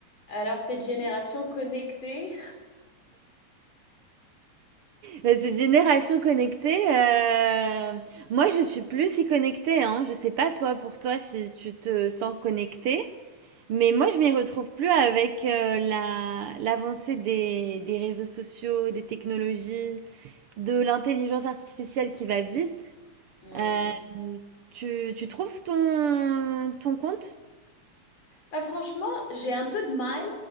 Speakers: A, on the left (about 55°); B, on the right (about 65°).
A: Alors, cette génération connectée,
B: Mais cette génération connectée, euh, moi je suis plus si connectée. Hein. Je sais pas toi, pour toi, si tu te sens connectée, mais moi je m'y retrouve plus avec euh, la, l'avancée des, des réseaux sociaux, des technologies, de l'intelligence artificielle qui va vite.
A: <laughs> oui.
B: Euh, tu, tu trouves ton, ton compte?
A: Bah, franchement, j'ai un peu de mal.